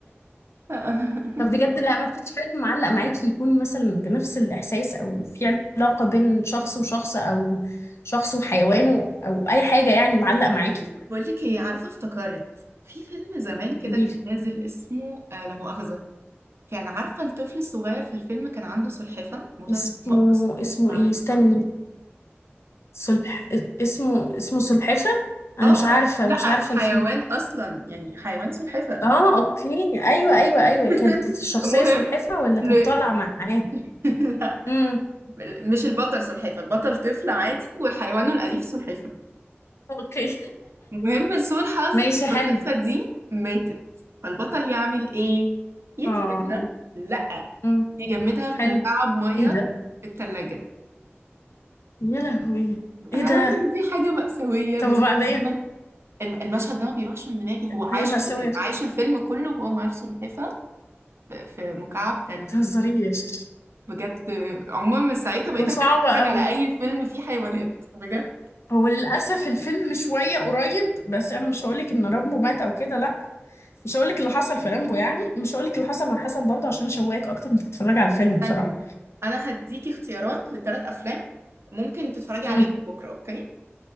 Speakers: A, on the right (about 70°); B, on the left (about 75°).
A: <laughs>
B: طب بجد لا مفيش فيلم معلق معاكي يكون مثلا بنفس الإحساس أو في علاقة بين شخص وشخص أو شخص وحيوانه أو أي حاجة يعني معلق معاكي
A: بقول لك ايه عارفه افتكرت في فيلم زمان كده
B: قوليلي
A: كان نازل اسمه آه لا مؤاخذه كان عارفه الطفل الصغير في الفيلم كان عنده سلحفه الموضوع
B: اسمه
A: ده مقص
B: اسمه
A: معاه
B: إيه استني
A: قوي
B: سلح اسمه اسمه سلحفة أنا
A: اه
B: مش عارفة
A: لا
B: مش عارفة الفيلم
A: حيوان اصلا يعني حيوان سلحفة
B: اه اوكي ايوه ايوه ايوه
A: <laughs>
B: كانت الشخصية
A: المهم
B: سلحفة ولا كانت
A: ل...
B: طالعة معاه
A: <laughs> لا
B: امم
A: مش البطل سلحفة البطل طفل عادي وحيوانه الأليف سلحفة
B: اوكي
A: المهم لسوء الحظ
B: ماشي حلو
A: السلحفة دي ماتت فالبطل يعمل ايه يدفنها
B: اه
A: لا
B: امم
A: يجمدها في
B: حلو
A: مكعب مية
B: ايه ده
A: في التلاجة
B: يا لهوي ايه
A: انا
B: ده
A: عارفة ان دي حاجة مأساوية
B: طب
A: بس
B: وبعدين
A: عموماً الم- المشهد ده ما بيروحش من دماغي هو
B: هي
A: عاش
B: مأساوية بصراحة،
A: عاش الفيلم كله وهو مع السلحفة في في مكعب تلج
B: ما تهزريش
A: بجد عموما من ساعتها بقيت
B: ده
A: اخاف
B: صعب
A: اتفرج
B: قوي
A: على اي فيلم فيه حيوانات بجد
B: هو للأسف الفيلم شوية قريب بس أنا مش هقولك إن رامبو مات أو كده لأ مش هقولك اللي حصل في رامبو يعني ومش هقولك اللي حصل مع حسن برضه عشان أشوقك أكتر إنك تتفرجي على الفيلم
A: استني
B: بصراحة
A: انا هديكي اختيارات لثلاث افلام ممكن تتفرجي
B: امم
A: عليهم بكره اوكي